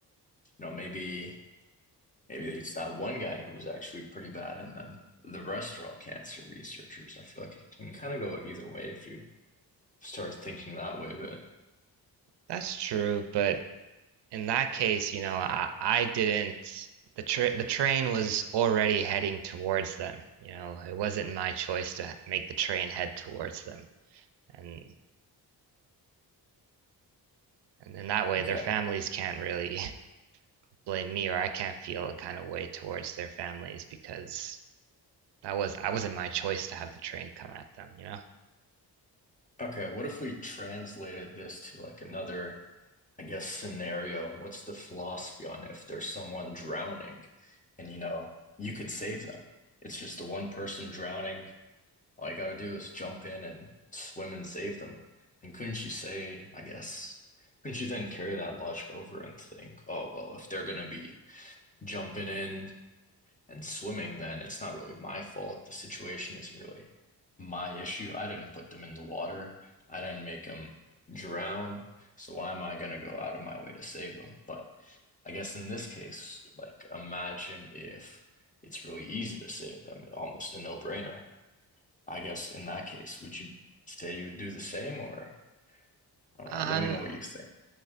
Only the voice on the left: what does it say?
you know, maybe maybe it's that one guy who was actually pretty bad, and then the rest are all cancer researchers. I feel like it can kind of go either way if you start thinking that way, but
okay.
Okay, what if we translated this to like another I guess, scenario? What's the philosophy on if there's someone drowning and you know, you could save them? It's just the one person drowning. All you gotta do is jump in and swim and save them. And couldn't you say, I guess, couldn't you then carry that logic over and think, oh, well, if they're gonna be jumping in and swimming, then it's not really my fault. The situation isn't really my issue. I didn't put them in the water. I didn't make them drown. So why am I going to go out of my way to save them? But I guess in this case, like imagine if it's really easy to save them, almost a no-brainer. I guess in that case, would you say you would do the same or I don't
know, let me know what you think.